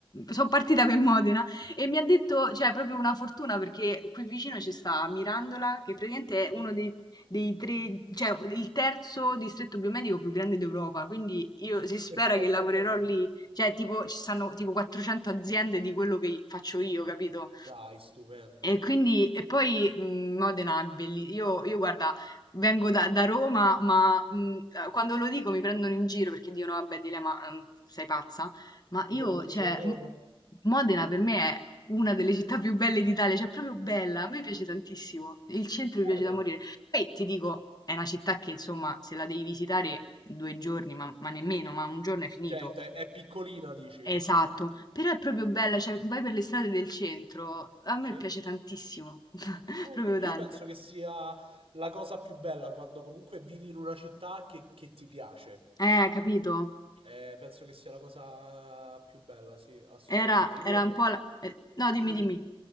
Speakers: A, on the left (about 45°); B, on the right (about 80°).
A: sono partita per Modena e mi ha detto, cioè, proprio una fortuna perché qui vicino ci sta Mirandola, che praticamente è uno
B: Sì.
A: dei dei tre, cioè il terzo distretto biomedico più grande d'Europa, quindi io si spera
B: Perfetto
A: che lavorerò
B: proprio.
A: lì, cioè tipo ci stanno tipo 400 aziende di quello che faccio io, capito?
B: Dai, stupendo.
A: E quindi, e poi mh, Modena è bellissima. Io, io, guarda, vengo da, da Roma, ma mh, eh, quando lo dico mi prendono in giro perché dicono, vabbè, Dile, ma mm, sei pazza. Ma
B: Eh,
A: io,
B: Dici
A: cioè,
B: a Roma?
A: m- Modena per me è una delle città più belle d'Italia, cioè, è proprio bella. A me piace tantissimo. Il centro
B: Bene.
A: mi piace da morire. Poi ti dico, è una città che, insomma, se la devi visitare due giorni, ma, ma nemmeno, ma un giorno è finito.
B: Cioè, te- è piccolina, dici?
A: Esatto, però è proprio
B: Ok.
A: bella, cioè vai per le strade del centro, a me
B: Sì.
A: piace tantissimo, <laughs>
B: Ecco,
A: proprio
B: io
A: tanto.
B: penso che sia la cosa più bella quando comunque vivi in una città che, che ti piace.
A: Eh, capito?
B: Eh, penso che sia la cosa più bella, sì, assolutamente.
A: Era,
B: Io...
A: era un po' la... eh, no, dimmi,
B: Dimmi,
A: dimmi.
B: dimmi.